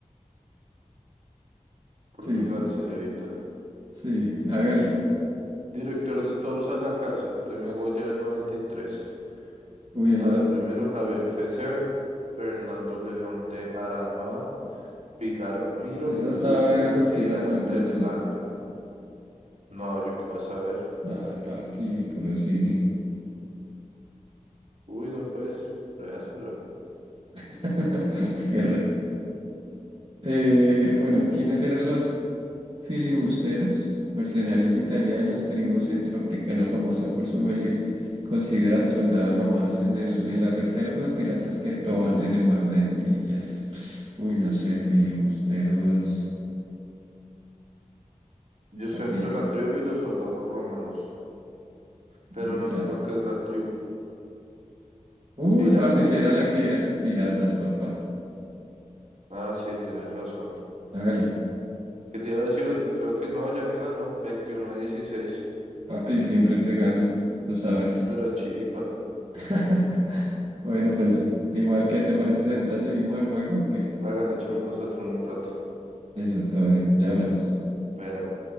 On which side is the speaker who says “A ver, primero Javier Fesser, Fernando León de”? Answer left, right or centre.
Right